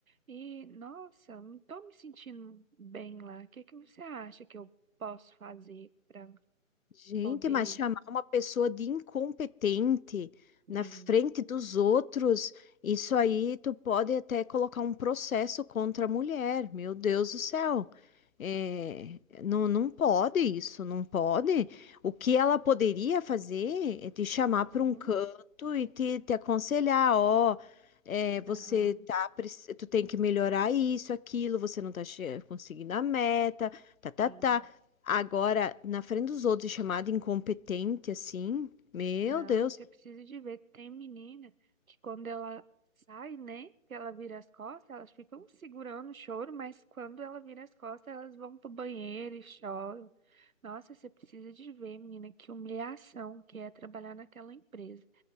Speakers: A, on the right; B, on the left.
A: E, nossa, não tô me sentindo bem lá. O que que você acha que eu posso fazer para
B: Gente,
A: poder,
B: mas chamar uma pessoa de incompetente na
A: sim.
B: frente dos outros, isso aí tu pode até colocar um processo contra a mulher. Meu Deus do céu. É, não, não pode isso, não pode. O que ela poderia fazer é te chamar
A: Uhum.
B: para um canto e te, te aconselhar, ó, é, você
A: Aham,
B: tá, prec- tu tem que melhorar isso, aquilo, você não tá che- conseguindo a meta, tá, tá,
A: sim.
B: tá. Agora, na frente dos outros, e chamada incompetente assim, meu
A: Não,
B: Deus,
A: você precisa de ver. Tem menina que quando ela sai, né? Que ela vira as costas, elas ficam segurando o choro, mas quando ela vira as costas, elas vão pro banheiro e choram. Nossa, você precisa de ver, menina, que humilhação que é trabalhar naquela empresa.